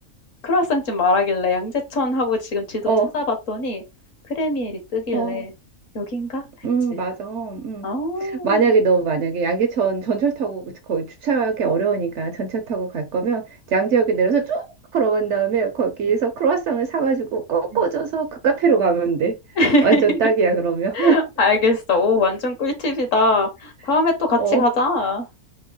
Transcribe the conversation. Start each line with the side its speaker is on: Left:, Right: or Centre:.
Left: 크루아상집 말하길래 양재천 하고 지금 지도
Right: 어,
Left: 찾아봤더니 크레미엘이 뜨길래
Right: 어,
Left: '여긴가?' 했지.
Right: 음, 맞아. 음.
Left: 아. 음음음.
Right: 만약에 너 만약에 양재천 전철 타고 거의 주차하기 어려우니까 전철 타고 갈 거면 양재역에 내려서 쭉 걸어간 다음에 거기에서
Left: 음.
Right: 크로와상을 사가지고
Left: 음,
Right: 꺾어져서
Left: 음.
Right: 그 카페로 가면 돼.
Left: <laughs>
Right: 완전 딱이야 그러면.
Left: 알겠어. 오 완전 꿀팁이다. 다음에
Right: <laughs>
Left: 또 같이
Right: 어.
Left: 가자.